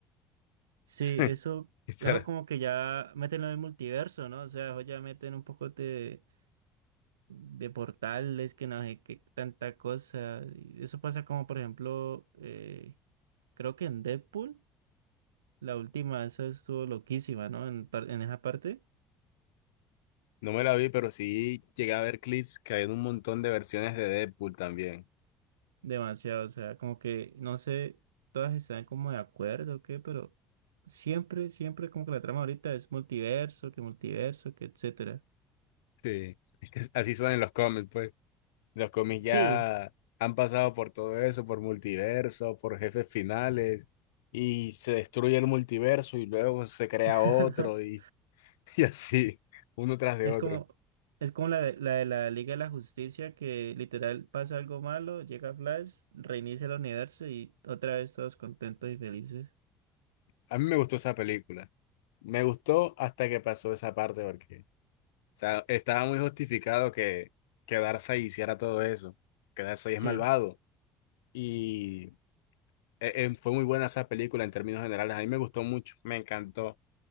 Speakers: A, on the right; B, on the left.
A: Sí,
B: <laughs>
A: eso,
B: esta
A: eso como que ya meten en el multiverso, ¿no? O sea, eso ya meten un poco de, de portales, que no sé qué tanta cosa. Y Eso pasa como, por ejemplo, eh, creo que en Deadpool, la última, esa estuvo loquísima, ¿no? En, par- en esa parte.
B: no me la vi, pero sí llegué a ver clips que hay un montón de versiones de Deadpool también.
A: Demasiado, o sea, como que no sé, todas están como de acuerdo o qué, pero siempre, siempre como que la trama ahorita es multiverso, que multiverso, que etcétera.
B: Sí, es que así son en los cómics, pues. Los cómics
A: Sí,
B: ya han pasado por todo eso, por multiverso, por jefes finales, y se destruye el multiverso y luego se crea
A: <laughs>
B: otro y, <laughs> y así, uno tras de
A: es
B: otro.
A: como, es como la, de- la de la Liga de la Justicia que literal pasa algo malo, llega Flash, reinicia el universo y otra vez todos contentos y felices.
B: A mí me gustó esa película. Me gustó hasta que pasó esa parte porque o sea, estaba muy justificado que, que Darkseid hiciera todo eso, que Darkseid
A: Sí,
B: es malvado. Y eh, eh, fue muy buena esa película en términos generales. A mí me gustó mucho, me encantó.